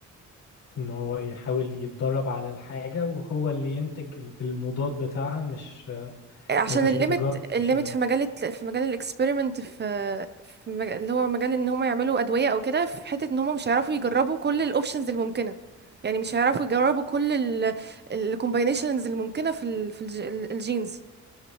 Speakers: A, on the left; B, on the right.
A: إن هو يحاول يتدرب على الحاجة وهو اللي ينتج ال- المضاد بتاعها مش ما
B: عشان
A: يبقاش
B: الليمت
A: بتجارب
B: الليمت
A: بشرية
B: في مجال الت- في مجال الاكسبيرمنت في في مج- اللي هو مجال ان هم يعملوا ادويه او كده في حته ان هم مش هيعرفوا يجربوا كل الاوبشنز الممكنه يعني مش هيعرفوا يجربوا كل الكومباينيشنز الممكنه في ال في الجينز